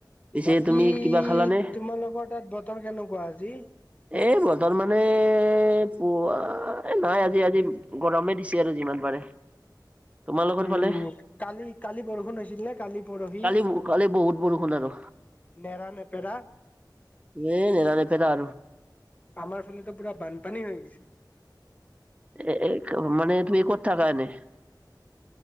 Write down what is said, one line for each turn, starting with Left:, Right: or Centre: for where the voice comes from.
Right: পিছে
Left: বাকী
Right: তুমি কিবা খালানে
Left: তোমালোকৰ তাত বতৰ কেনেকুৱা আজি?
Right: এই বতৰ মানে পোৱা নাই আজি আজি গৰমে দি ছে আৰু যিমান পাৰে।
Left: <inaudible>
Right: তোমালোকৰ
Left: উম
Right: ফালে
Left: কালি কালি বৰষুণ হৈছিল নে কালি পৰহি?
Right: কালি কালি বহুত বৰষুণ আৰু
Left: নেৰা নেপেৰা।
Right: এ নেৰা নেপেৰা আৰু।
Left: আমাৰ ফালেতো পুৰা বানপানী হৈ গৈছে।
Right: এ এ মানে তুমি ক'ত থাকা এনে?